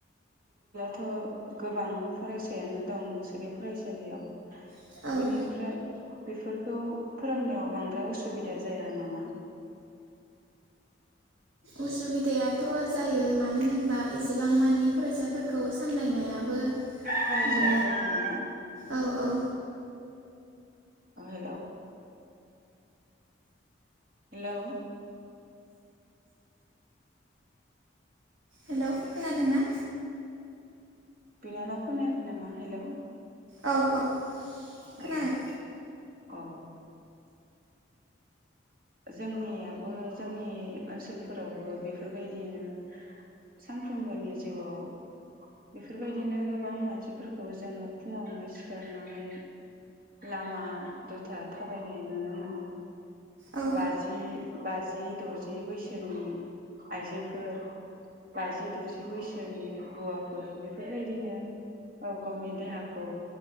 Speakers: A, on the right; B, on the right.
A: थ गोबां फरायसायानो दं नोंसोरनि फरायसालियाव
B: आरो
A: बेनिफ्राय बेफोरखौ फोरोंनायाव बांद्राय उसुबिदा जाया नामा
B: उसुबिदायाथ जायो मानो होनबा एसेबां मानि फरायसाफोरखौ सामलायनायाबो
A: फरायसाफोर
B: ओ
A: दङ
B: औ औ
A: ओ हेलौ हेलौ
B: हेलौ खोनादों ना
A: बिनानाव खोनायाखै नामा हेलौ
B: औ औ खोनाबाय
A: औ अ जोंनियाबो जोंनि ओनसोलफोरावबो बेफोरबायदिनो सानफ्रोमबोनि जिउआव बेफोरबायदिनो गोबां मानसिफोरखौ जोङो फुङावनो सिखारनानै लामा दथा थाबायनाय नुनो मोनो
B: औ
A: बाजि बाजि दजि बैसोनि आइजोफोर बाजि दजि बैसोनि हौवाफोर बेफोरबायदिनो गाव गावनि देहाखौ